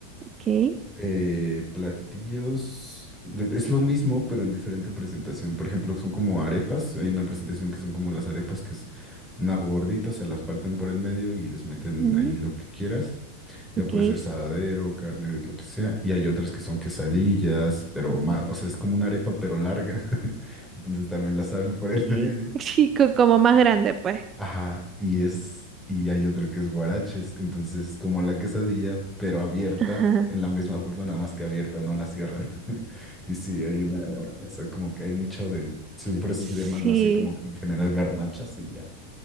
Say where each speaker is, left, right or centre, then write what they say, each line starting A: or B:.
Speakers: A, on the right; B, in the centre.
A: Ok,
B: eh, platillos. de- Es lo mismo, pero en diferente presentación. Por ejemplo, son como arepas. Hay una presentación que son como las arepas, que es una gordita, se las parten por en medio y les meten
A: ujú,
B: ahí lo que quieras. Ya
A: ok,
B: puede ser saladero, carne, de lo que sea. Y hay otras que son quesadillas, pero más, o sea, es como una arepa, pero larga. <laughs> Entonces también las abren por en
A: ok,
B: medio.
A: <laughs> sí, co- como más grande pues.
B: Ajá, y es, y hay otra que es guaraches, entonces es como la quesadilla, pero abierta,
A: Ajá,
B: en la misma forma, nada más que abierta, no la cierran. <laughs> Y sí, hay una, o sea, como que hay mucho de, sí, por eso
A: sí.
B: se le llaman así como que en general garnachas y ya.